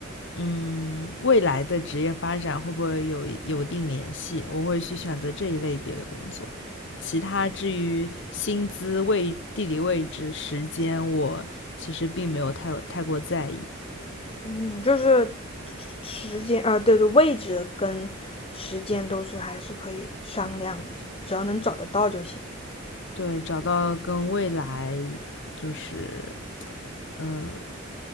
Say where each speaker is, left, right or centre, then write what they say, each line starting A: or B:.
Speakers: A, on the left; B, on the left.
A: 嗯，未来的职业发展会不会有一有定联系，我会去选择这一类别的工作。其他至于薪资、位、地理位置、时间，我其实并没有太有太过在意。
B: 嗯，就是时间啊，对对，位置跟时间都是还是可以商量的，是吧？只要能找得到就行。
A: 对，找到跟未来就是嗯